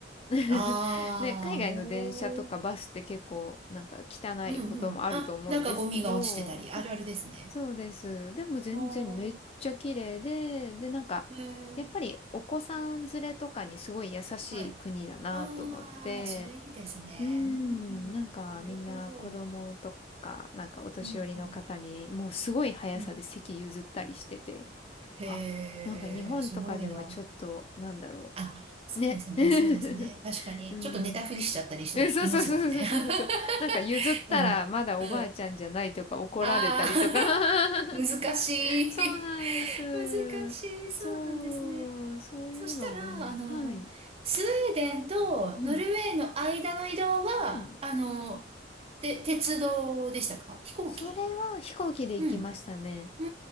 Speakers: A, on the left; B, on the right.
A: <laughs>
B: ああ、
A: ね、海外の電車とかバスって結構なんか汚いこともあると思うんですけど、
B: おー。うん、うん。あ、なんかゴミが落ちてたり、あるあるですね。
A: そうです。でも全然めっちゃ綺麗で、
B: おー。
A: でなんかやっぱりお子さん連れとかにすごい優しい国だなと思って、
B: えー、はい。ああ、それいいですね。
A: うーん、
B: うん、
A: なんかみんな子供とか、
B: うん。なるほど。
A: なんかお年寄りの方に、
B: うん、うん。
A: もうすごい速さで席譲ったりしてて、
B: うんへえ、
A: あ、なんか日本とかではちょっと、
B: すごいな。
A: なんだろ
B: あ、そうですね、
A: う。ね。<laughs>
B: そうですね。確かに、
A: うん。
B: ちょっと寝たふりしちゃったり人い、
A: <laughs> え、そうそうそうそうそうそうそう。
B: いますもんね。
A: なんか譲ったらまだおばあちゃんじゃないとか怒られたりとか。
B: <laughs> でも、うん。ああ、
A: <laughs>
B: <laughs> 難し
A: そうなんです。
B: い。<laughs> 難しい。そうなんですね。
A: そう、そういうのが、
B: そしたら、あの、
A: はい。
B: スウェーデンとノルウェーの間の移動は、
A: うん。うん。
B: あの、で、鉄道でしたか飛行機
A: それは飛行機で行きましたね。
B: うん。う